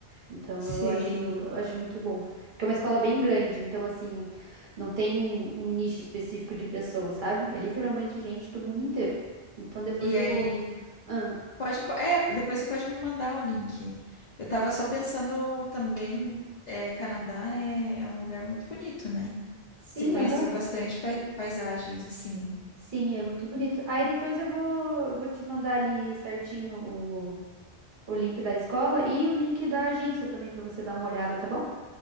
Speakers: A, on the right; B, on the left.
A: Então
B: Sei.
A: eu acho, eu acho muito bom. Porque é uma escola bem grande, então assim, não tem um nicho específico de pessoas, sabe? É literalmente gente do mundo inteiro. Então depois
B: E aí,
A: eu vou. Ah,
B: pode, é, depois você pode me mandar o link. Eu tava só pensando também, é, Canadá é, é um lugar muito bonito, né?
A: sim,
B: Você conheceu
A: aham.
B: bastante pai- paisagens, assim.
A: Sim, é muito bonito. Aí depois eu vou, vou te mandar ali certinho o, o link da escola e o link da agência também pra você dar uma olhada, tá bom?